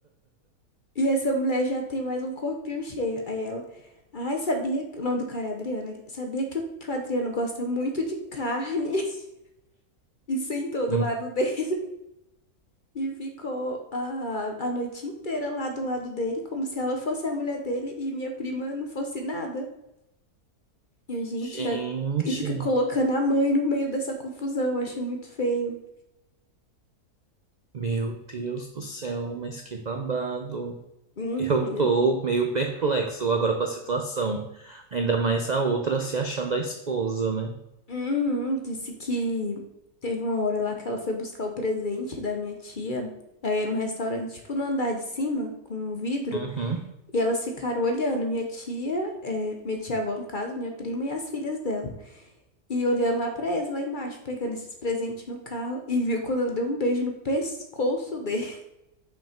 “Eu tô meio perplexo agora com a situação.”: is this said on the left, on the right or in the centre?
Right